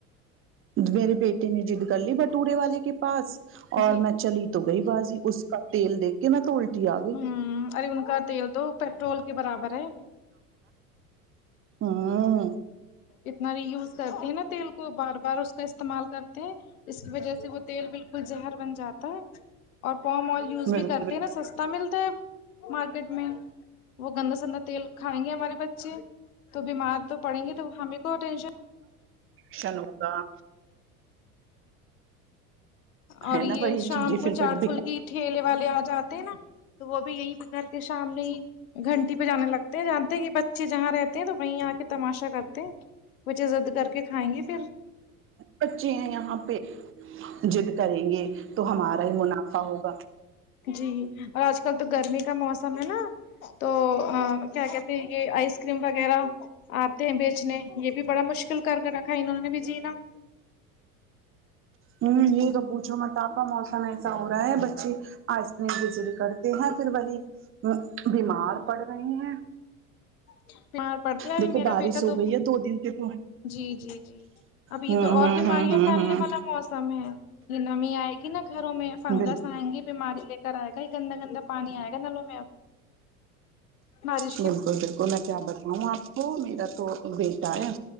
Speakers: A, on the right; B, on the left.
A: میرے بیٹے نے جد کر لی بٹورے والے کے پاس اور
B: جی
A: میں چلی- تو گئی بازی اس کا تیل دیکھ- کہ میں توولٹی آ گئی-
B: ہوں ارے ان کا تیل تو پیٹرول کے برابر ہے
A: ہاں-
B: اتنا بھی یوز کرتی ہے نا تیل کو بار بار اس کا- استعمال کرتے ہیں اس کی وجہ سے وہ تیل بالکل زہر بن جاتا ہے- اور پوم آئل یوز
A: بالکل
B: بھی کرتے ہیں نا سستا ملتا ہے- مارکیٹ میں وہ گندا سندا تیل کھائیں گے ہمارے بچے تو بیمار- تو پڑیں گے تو ہمیں کو ٹینشن-
A: شن ہو کاا
B: اور
A: ہے
B: یہ
A: نا وہی
B: شام
A: چیزیں
B: کو
A: پھر
B: چاٹ
A: بڑی بیکار
B: فل کیی- ٹھیلے والے آ جاتے ہیں نا تو وہ بھی یہیں پہ گھر کے سامنے ہی- گھنٹی پہ جانے لگتے ہیں جانتے ہیں کہ بچے جہاں رہتے ہیں تو وہیں آ کے تماشا کرتے ہیں- وہ جے ضد کر کے کھائیں گے پھر
A: بچے ہیں یہاں پہ- جد کریں گے تو ہمارا ہی منافع ہوگا-
B: جی اور آج کل تو گرمی کا موسم ہے نا- تو کیا کہتے یہ آئس کریم وغیرہ آتے ہیں بیچنے یہ بھی بڑا مشکل کر کر رکھا انہوں نے بھی جینا-
A: ہوں یہ تو پوچھو مٹاپا موسم ایسا ہو رہا ہے بچے- آئس کریم بچری کرتے ہیں پھر وہی بیمار پڑ رہے ہیں-
B: اچ مار پڑھتی ابھی
A: دیکھو
B: میرا
A: بارش
B: بیٹا
A: ہو
B: تو
A: گئی ہے دو دن سے تو ہوں
B: جی-جی-جی- اب یہ
A: ہوں
B: تو اور بیماریاں
A: ہوں ہوں
B: پھیلنے
A: ہوں
B: والا- موسم ہے یہ نمی آئے گی نا گھروں میں فنگس
A: بالکل
B: آئیں گی- بیماری لے کر آئے گا یہ گندا گندا پانی آئے گا نلوں میں اب- ماری
A: بالکل-بالکل میں کیا بتاؤں آپ کو میرا تو بیٹا ہے-